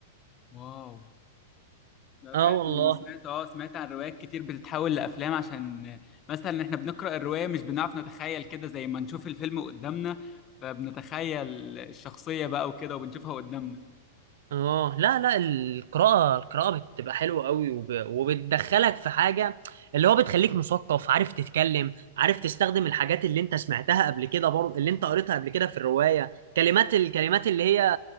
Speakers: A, on the left (about 30°); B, on the right (about 70°).
A: واو ده
B: اه
A: فعلا
B: والله
A: انا سمعت اه سمعت عن روايات كتير بتتحول لافلام عشان مثلا احنا بنقرا الروايه مش بنعرف نتخيل كده زي ما نشوف الفيلم قدامنا فبنتخيل الشخصيه بقى وكده وبنشوفها قدامنا
B: اه لا لا القراءة القراءة بتبقى حلوة قوي وب... وبتدخلك في حاجة اللي هو بتخليك مثقف عارف تتكلم عارف تستخدم الحاجات اللي انت سمعتها قبل كده برضه اللي انت قريتها قبل كده في الرواية كلمات الكلمات اللي هي